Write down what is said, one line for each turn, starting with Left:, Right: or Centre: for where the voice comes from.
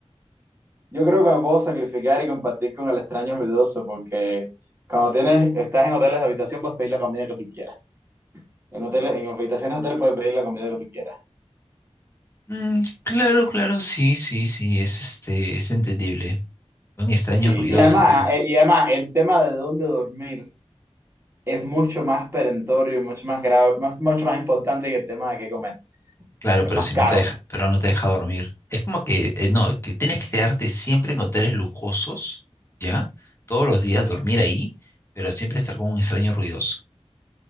Right: Yo creo que me puedo sacrificar y compartir con el extraño ruidoso porque cuando tienes, estás en hoteles de habitación puedes pedir la comida que tú quieras. En hoteles, en habitaciones de hoteles puedes pedir la comida que tú quieras.
Left: Mm, claro, claro, sí, sí, sí, es este, es entendible. Un extraño
Right: Sí,
Left: ruidoso
Right: y además,
Left: que
Right: eh, y además el tema de dónde dormir es mucho más perentorio y mucho más grave, más, mucho más importante que el tema de qué comer.
Left: Claro,
Right: Es
Left: pero
Right: más
Left: si
Right: caro.
Left: no te deja, pero no te deja dormir. Es como que, eh, no, que tienes que quedarte siempre en hoteles lujosos, ¿ya? Todos los días dormir ahí, pero siempre estar con un extraño ruidoso.